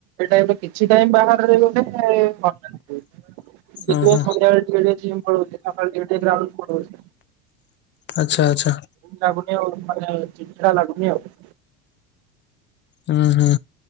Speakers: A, on the right; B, on the left.
A: <unintelligible> କିଛି ଟାଇମ ବାହାରେ ବୁଲେ <inaudible> ସେଥିପାଇଁ
B: ଓହୋ
A: ସନ୍ଧ୍ୟାବେଳେ ଟିକେ ଟିକେ ଜିମ ପଳଉଛି। ସକାଳେ ଟିକେ ଟିକେ ଗ୍ରାଉଣ୍ଡ ପଳଉଛି।
B: ଆଚ୍ଛା ଆଚ୍ଛା।
A: ଲାଗୁନି ଆଉ ମାନେ ଚିଡ୍ ଚିଡା ଲାଗୁନି ଆଉ।
B: ହୁଁ ହୁଁ।